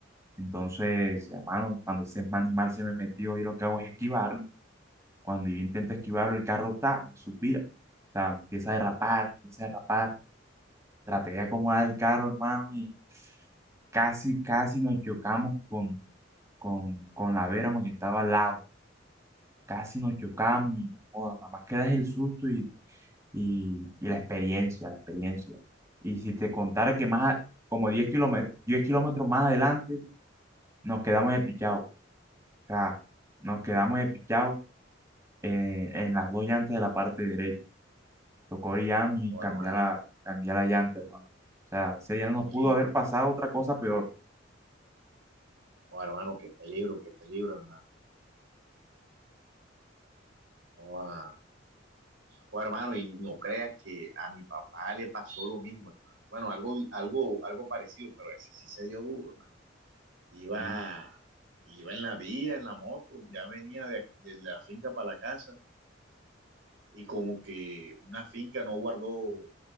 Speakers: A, on the right; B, on the right.
A: Entonces, hermano, cuando ese animal se me metió, yo lo que hago es esquivarlo. Cuando yo intento esquivarlo, el carro está, me suspira. O sea, empieza a derrapar, empieza a derrapar. Traté de acomodar el carro, hermano, y casi, casi nos chocamos con con, con la Vera, que estaba al lado. Casi nos chocamos, y, joda, nada más queda es el susto y, y, y la experiencia, la experiencia. Y si te contara
B: Bueno,
A: que más, a- como 10 kilómetros, 10 kilómetros más adelante, nos quedamos espichados. O sea, nos quedamos espichados eh, en las dos llantas de la parte derecha. Tocó orillarnos y
B: bueno
A: cambiar
B: hermano,
A: la, cambiar la llanta, hermano. O sea, ese día
B: qué
A: no nos
B: peligro,
A: pudo haber pasado otra cosa peor.
B: bueno, hermano, qué peligro, qué peligro, hermano. Bueno, Bueno, hermano, y no creas que a mi papá le pasó lo mismo, hermano. Bueno, algo, algo, algo parecido, pero ese sí se dio duro, hermano. Iba,
A: Y
B: iba en la vía, en la moto, ya venía de, de la finca para la casa y como que una finca no guardó